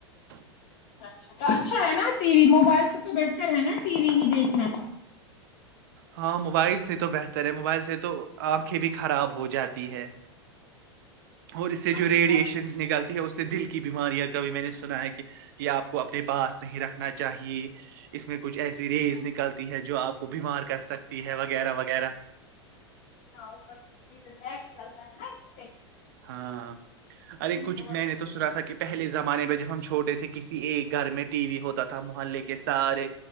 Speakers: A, on the right; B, on the left.
A: <unintelligible>
B: اچ اچھا ہے نا ٹی وی موبائل سے تو بہتر ہے نا ٹی وی ہی دیکھنا
A: ہاں موبائل سے تو بہتر ہے موبائل سے تو آنکھیں بھی خراب ہو جاتی ہے اور اس سے جو
B: اپنے
A: ریڈیشن
B: پاس ایکسس
A: نکالتی ہے اس سے دل کی بیماریا کبھی میں نے سنا ہے کہ یہ آپ کو اپنے پاس نہیں رکھنا چاہیے اس میں کچھ ایسی ریز
B: ہاں
A: نکلتی ہے جو آپ کو بیمار کر سکتی ہے وغیرہ وغیرہ
B: ہاںو نیٹ چلتا ہے نا ایکچ
A: ہاں ارے کچھ
B: بہت
A: میں نے
B: نا
A: تو سنا
B: یہ
A: تھا کہ پہلے زمانے میں جب ہم چ چھوٹے تھے کسی ایک گھر میں ٹی وی ہوتا تھا محلے کے سارے